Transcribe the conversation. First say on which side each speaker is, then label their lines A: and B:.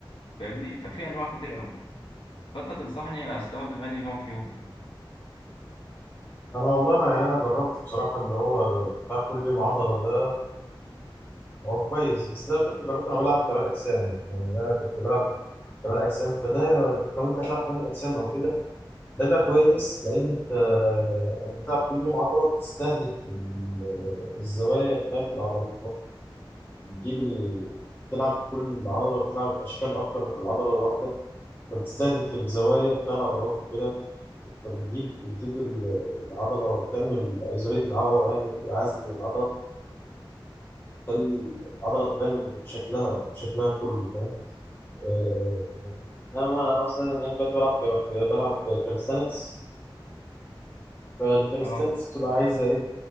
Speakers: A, on the left (about 70°); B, on the left (about 20°).
A: فاهمني ففي انواع كتير قوي فانت تنصحني استخدم انهي نوع فيهم
B: أنا والله أنا يعني أنا جربت بصراحة اللي هو بتاع كل يوم عضلة ده هو كويس بس ده كنت جربت انا بلعب كمال اجسام يعني انا كنت بلعب كمال اجسام فده لو انت هتلعب كمال اجسام او كده ده بيبقى كويس لان انت لما بتلعب كل يوم عضله بتستهدف ال- الزوايا بتاعت العضلات بتجيب ال... بتلعب كل عضله بتلعب اشكال اكتر في العضله الواحده فبتستهدف الزوايا بتاع العضلات وكده فبتجيب بتجيب ال- العضله بتعمل ايزوليت العضله يعني عزل العضله تخلي العضلة تبان شكلها شكلها كله فاهم آه، إنما مثلا أنا دلوقتي بلعب ك- بلعب كاليستانكس فالكاليستانكس
A: اه
B: بتبقى عايزة إيه